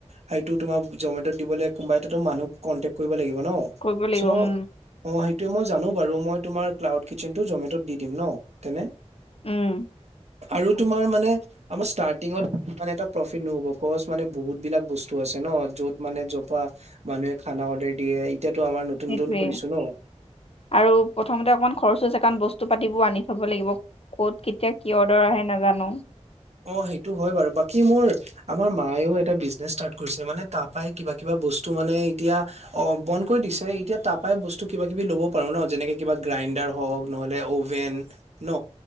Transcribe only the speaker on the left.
কৰিব লাগিব
উম
উম
সেইটোৱে
আৰু প্ৰথমতে অকণমান খৰচো আছে কাৰণ বস্তু পাতিবোৰ আনি থব লাগিব ক'ত কে কেতিয়া কি অৰ্ডাৰ আহে নাজানো